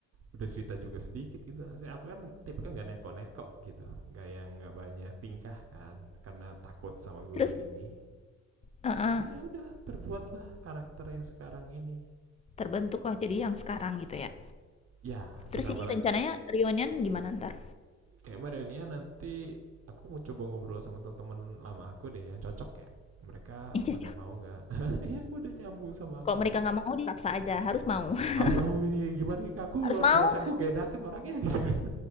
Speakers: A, on the right; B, on the left.
A: Udah cerita juga sedikit gitu. Saya aku kan tipe kan gak neko-neko gitu. Gak yang gak banyak tingkah kan. Karena takut sama guru
B: Terus
A: ini.
B: heeh,
A: Jadi ya udah terbuatlah karakter yang sekarang ini.
B: terbentuklah jadi yang sekarang gitu ya.
A: Ya ditambah
B: Terus ini
A: lagi
B: rencananya reunian gimana ntar?
A: kayak reunian nanti aku mau coba ngobrol sama teman-teman lama aku deh yang cocok ya mereka
B: Ih,
A: pada
B: cocok.
A: mau nggak <laughs> ya aku udah nyambung sama
B: Kalau
A: aku
B: mereka
A: gitu
B: nggak mau dipaksa aja, harus mau. <laughs>
A: harus mau ini gimana nih aku
B: Harus
A: harus
B: mau.
A: diajakku aku gak enakan orangnya gitu